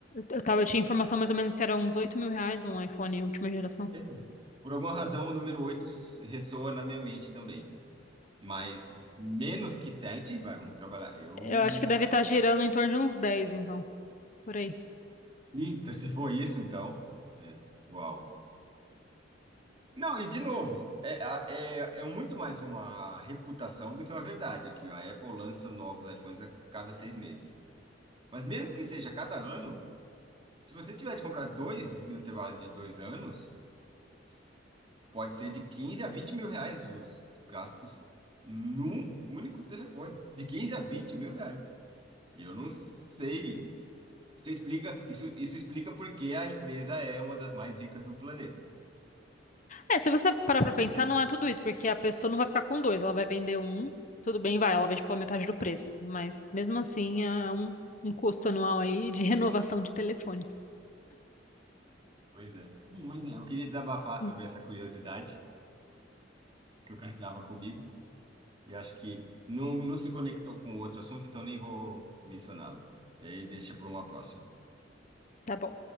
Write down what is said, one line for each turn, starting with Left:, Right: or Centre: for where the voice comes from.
Left: Eu tava, eu tinha informação mais ou menos que era uns 8 mil reais um iPhone última geração.
Right: É. meu. Por alguma razão, o número 8 ressoa na minha mente também. Mas menos que 7, vai, vamos trabalhar. Eu
Left: Eu
Right: não.
Left: acho que deve estar girando em torno de uns 10 então, por aí.
Right: Eita, se for isso, então. É, uau. Não, e de novo, é, a- é, é muito mais uma reputação do que uma verdade, que a Apple lança novos iPhones a cada seis meses. Mas mesmo que seja a cada ano, Se você tiver de comprar dois no intervalo de dois anos, s- pode ser de 15 a 20 mil reais os gastos num único telefone. De 15 a 20 mil reais. E eu não sei. Você explica, isso, isso explica porque a empresa é uma das mais ricas do planeta.
Left: É, se você parar pra pensar, não é tudo isso, porque a pessoa não vai ficar com dois, ela vai vender um, tudo bem, vai, ela vende pela metade do preço, mas mesmo assim é um, um custo anual aí de <laughs> renovação de telefone.
Right: Pois é. Bom, mas é, eu queria desabafar
Left: Hum,
Right: sobre essa curiosidade que eu carregava comigo e acho que não, não se conectou com outro assunto, então nem vou mencioná-lo. E aí deixa para uma próxima.
Left: Tá bom.